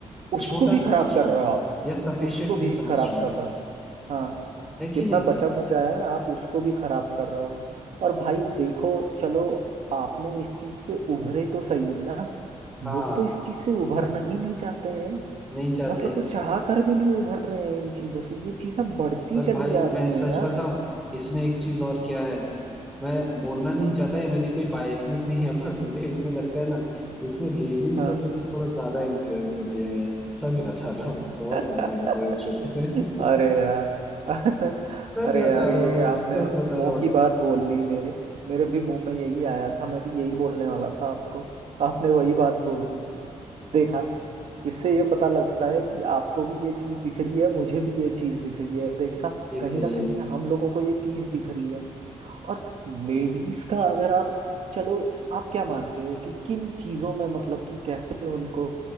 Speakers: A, on the right; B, in the centre.
A: उसको
B: छोटा
A: भी खराब
B: समझ रहा
A: कर
B: हूँ
A: रहे हो आप
B: या सफिशियंट
A: उसको भी
B: नहीं समझ
A: खराब
B: रहा हूँ
A: कर रहे हो हाँ
B: है कि
A: जितना
B: नहीं
A: बचा खुचा है आप उसको भी खराब कर रहे हो और भाई देखो चलो आपने इस चीज से उभरे तो सही ना लोग
B: हाँ
A: तो इस चीज से उभरना ही नहीं चाहते हैं
B: नहीं चाहते
A: मतलब कुछ चाह कर भी नहीं उभर रहे हैं इन चीजों से ये चीजें बढ़ती
B: और
A: चली
B: भाई
A: जा रही
B: मैं
A: हैं
B: सच
A: यार
B: बताऊं इसमें एक चीज और क्या है मैं बोलना नहीं
A: हम्म
B: चाहता या मेरी कोई बायसनेस नहीं है पर मुझे इसमें लगता है ना इसमें लेडीज
A: हाँ
B: लोग लेकिन थोड़ा ज्यादा इन्फ्लुएंस होते हैं यार सच बता रहा हूँ बहुत
A: <laughs>
B: ज्यादा इन्फ्लुएंस होते
A: अरे
B: हैं
A: यार <laughs>
B: सच
A: अरे
B: बता
A: यार ये
B: रहा हूँ भाई
A: आपने
B: सच बता
A: मुंह
B: रहा हूँ
A: की बात बोल ली मेरे मेरे भी मुंह में यही आया था मैं भी यही बोलने वाला था आपको आपने वही बात बोल दी देखा इससे ये पता लगता है कि आपको भी ये चीज दिख रही है मुझे भी ये चीज दिख रही है देखा
B: दिख
A: कहीं
B: रही
A: ना
B: है
A: कहीं हम लोगों को ये चीज दिख रही है और लेडीज का अगर आप चलो आप क्या मानते हो कि किन चीजों में मतलब कि कैसे उनको